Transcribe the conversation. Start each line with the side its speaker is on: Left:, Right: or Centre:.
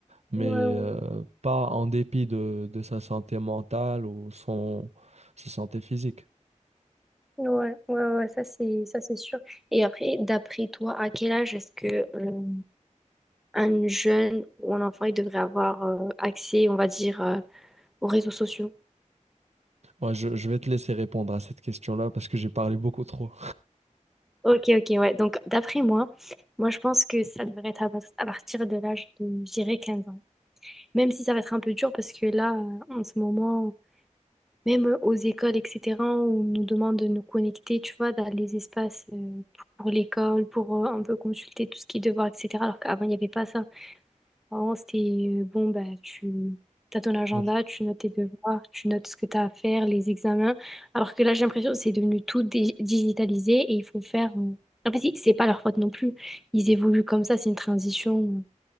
Right: mais
Centre: ouais,
Right: euh, pas en dépit de, de sa santé mentale ou son, sa santé physique.
Centre: ouais, ouais, ouais, ouais, ça c'est, ça c'est sûr. Et après, d'après toi, à quel âge est-ce que euh, un jeune ou un enfant, il devrait avoir euh, accès, on va dire, euh, aux réseaux sociaux?
Right: Ouais, je, je vais te laisser répondre à cette question-là parce que j'ai parlé beaucoup trop.
Centre: Ok, ok, ouais. Donc, d'après moi, moi, je pense que ça devrait être à, pas- à partir de l'âge de, je dirais, 15 ans. Même si ça va être un peu dur parce que là, euh, en ce moment, même aux écoles, etc., on nous demande de nous connecter, tu vois, dans les espaces euh, pour l'école, pour euh, un peu consulter tout ce qui est devoir, etc. Alors qu'avant, il n'y avait pas ça. Avant, c'était euh, bon, bah, tu as ton agenda,
Right: Non, je
Centre: tu notes tes devoirs, tu notes ce que tu as à faire, les examens. Alors que là, j'ai l'impression que c'est devenu tout dé- digitalisé et il faut faire. euh, En fait, c'est pas leur faute non plus. Ils évoluent comme ça, c'est une transition euh,